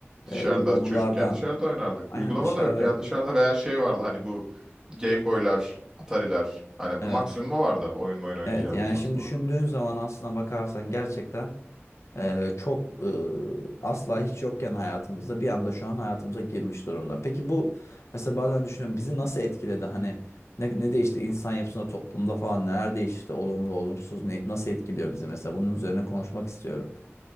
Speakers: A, on the right (about 15°); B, on the left (about 80°).
A: Dışarıda
B: e, uygulamalardan.
A: çocukken dışarıda oynardık.
B: Aynen
A: Uygulama
B: dışarıdaydı.
A: da yok ya dışarıda veya şey vardı hani bu Game Boy'lar, Atari'ler. Hani maksimum
B: Evet.
A: o vardı oyun oyun oynayacağımız
B: Evet yani
A: o
B: şimdi
A: zamanlar.
B: düşündüğün zaman aslına bakarsan gerçekten Ee, çok e, asla hiç yokken hayatımızda bir anda şu an hayatımıza girmiş durumda. Peki bu mesela bazen düşünüyorum bizi nasıl etkiledi hani ne, ne değişti insan yapısında toplumda falan neler değişti olumlu olumsuz ne, nasıl etkiliyor bizi mesela bunun üzerine konuşmak istiyorum.